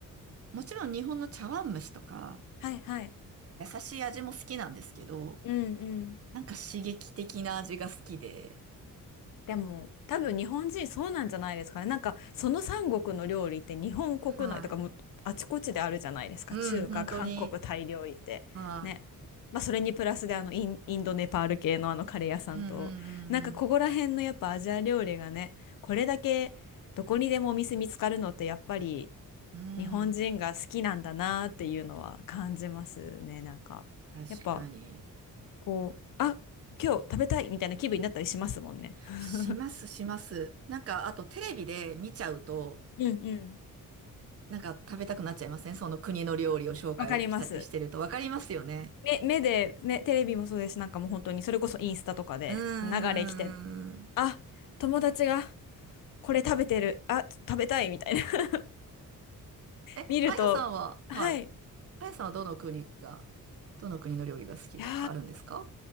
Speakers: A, on the right; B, on the left.
A: もちろん日本の茶碗蒸しとか、
B: はいはい。
A: 優しい味も好きなんですけど、
B: うんうん。
A: なんか刺激的な味が好きで、
B: でも多分日本人そうなんじゃないですかね。なんかその三国の料理って日本国内とかもあちこちであるじゃないですか。
A: はい。うん、
B: 中華、
A: 本当に。
B: 韓国、タイ料理って。
A: はい。
B: ね。まあそれにプラスであのイン、インドネパール系のあのカレー屋さんと、
A: うんうん
B: なんかここら辺のやっぱアジア料理がね、これだけどこにでもお店見つかるのってやっぱり
A: うんうん。
B: 日本人が好きなんだなっていうのは感じますね。
A: うん。
B: なんかやっぱ
A: 確かに。
B: こう、あ、今日食べたいみたいな気分になったりしますもんね。<laughs>
A: します、します。なんか、あとテレビで見ちゃうと、
B: うんうん。
A: なんか食べたくなっちゃいませんその国の料理を紹介したりしてると。
B: わかります。
A: わかりますよね。
B: 目、目で、ね、テレビもそうですし、なんかもう本当に、それこそインスタとかで流れ来て、
A: うんうんうんうん。
B: あ、友達がこれ食べてる、あ、食べたいみたいな <laughs>
A: え、
B: 見ると、
A: あやさんは、
B: はい。
A: はい。あやさんはどの国が、どの国の料理が好きとかあるんですか
B: いや